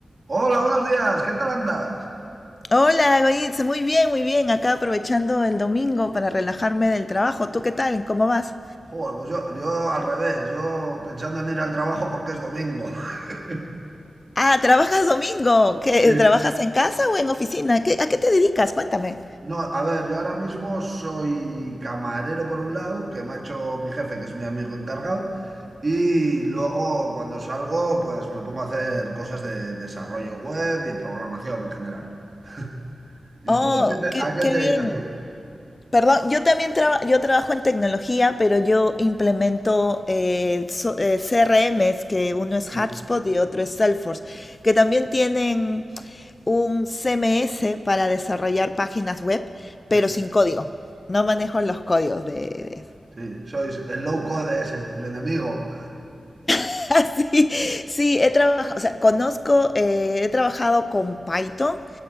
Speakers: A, on the right; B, on the left.
A: Hola, buenos días, ¿qué tal andas?
B: Hola, Goritz, muy bien, muy bien. Acá aprovechando el domingo para relajarme del trabajo. ¿Tú qué tal? ¿Cómo vas?
A: Joder, pues yo, yo al revés, yo pensando en ir al trabajo porque es domingo. <laughs>
B: Ah, ¿trabajas domingo? ¿Qué,
A: Sí.
B: trabajas en casa o en oficina? ¿Qué- a qué te dedicas? Cuéntame.
A: No, a ver, yo ahora mismo soy camarero por un lado, que me ha hecho mi jefe, que es mi amigo encargado, y luego cuando salgo, pues me pongo a hacer cosas de desarrollo web y programación en general. <laughs> ¿Y
B: Oh,
A: tú a qué te,
B: qué,
A: a qué
B: qué
A: te
B: bien.
A: dedicas tú?
B: Perdón, yo también traba- yo trabajo en tecnología, pero yo implemento eh, so- eh, CRMs, que uno es
A: Sí,
B: Hotspot y otro es Salesforce, que también tienen un CMS para desarrollar páginas web, pero
A: sí,
B: sin código. No manejo los códigos de, de-
A: sí, sois el low code ese, el enemigo.
B: <laughs> Sí, sí, he trabajado, o sea, conozco, eh, he trabajado con Python,